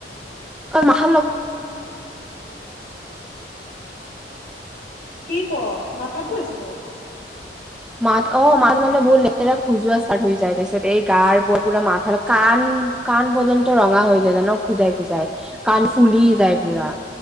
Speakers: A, in the centre; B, on the left.
A: অক্কো মাথাৰ লগ
B: উম। কি ক' মাথাতো হৈছে তোৰ?
A: মা অ মাত মানে বহুত লেটেৰা <unintelligible> খুজোৱা ষ্টাৰ্ট হৈ যায় তাৰ পিছত এই গাৰ পৰা পুৰা মাথাৰ কান-কান পৰ্যন্ত ৰঙা হৈ যায় জান খোজাই -খোজাই কাণ ফুলি
B: অ
A: যায় পুৰা